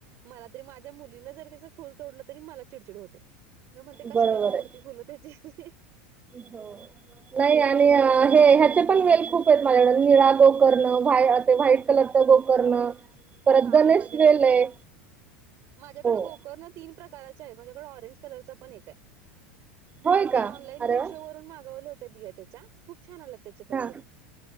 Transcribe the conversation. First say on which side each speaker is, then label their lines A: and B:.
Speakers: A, on the right; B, on the right.
A: मला तरी माझ्या मुलीनं जरी तेज फुल तोडलं तरी मला चिडचिड होते. मी म्हणते कशाला
B: बरोबर
A: ग तोडती
B: आहे.
A: फुलं त्याची.
B: हो. नाही आणि हे ह्याचे पण वेल खूप आहेत माझ्याकडं, निळा गोकर्ण ते वा्हाईट कलरचा गोकर्ण. परत
A: हा
B: गणेश
A: माझ्याकडे
B: वेल
A: पण
B: आहे
A: हाय माझ्याकडें
B: हो.
A: गोकर्णचऽ तीन प्रकारच्या आहेत, माझ्याकडे ऑरेंज कलरच पण एक हाय.
B: होय
A: मी ते
B: का?
A: ऑनलाईन
B: अरे
A: मिशो
B: वा!
A: वरून मागवले होत बिया त्याच्या, खूप छान आल्या त्या.
B: हा